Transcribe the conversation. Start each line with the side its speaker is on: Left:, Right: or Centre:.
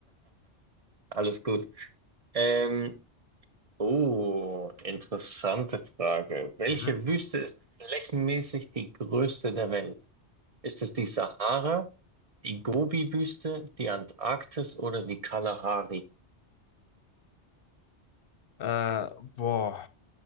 Right: Alles gut. Ähm, oh, interessante Frage. Welche
Left: Mhm.
Right: Wüste ist flächenmäßig die größte der Welt? Ist es die Sahara, die Gobi-Wüste, die Antarktis oder die Kalahari?
Left: Äh, boah.